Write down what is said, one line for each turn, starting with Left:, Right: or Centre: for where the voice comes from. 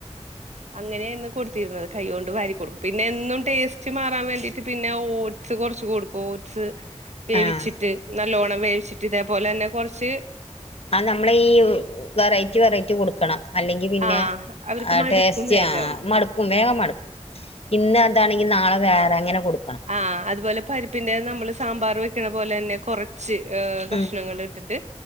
Right: അങ്ങനേര്ന്നു കൊട്ത്തിര്ന്നത് കൈകൊണ്ട് വാരി കൊട്ക്കും പിന്നെ എന്നും ടേസ്റ്റ് മാറാൻ വേണ്ടീട്ട് പിന്നെ ഓട്സ് കൊർച്ച് കൊട്ക്കും ഓട്സ് വേവിച്ചിട്ട്
Left: ആഹ്
Right: നല്ലോണം വേവിച്ചിട്ട് ഇതേ തേ പാേലെന്നെ കൊർച്ച്
Left: ആ നമ്മള് ഈ വെറൈറ്റി വെറൈറ്റി കൊട്ക്കണം അല്ലെങ്കി പിന്നെ
Right: ആഹ് അവർക്ക്
Left: ആ
Right: മടുക്കും
Left: ടേസ്റ്റ്
Right: വേഗം.
Left: ആ മടുക്കും വേഗം മടുക്കും ഇന്ന് അതാണെങ്കി നാളെ വേറെ എങ്ങന കൊടു
Right: ആ അതുപോലെ പരിപ്പിന്റെ നമ്മള് സാമ്പാർ വെക്കണ പോലന്നെ കുറ ച്ച് ഏഹ് കഷ്ണങ്ങളിട്ടിട്ട്
Left: ഉം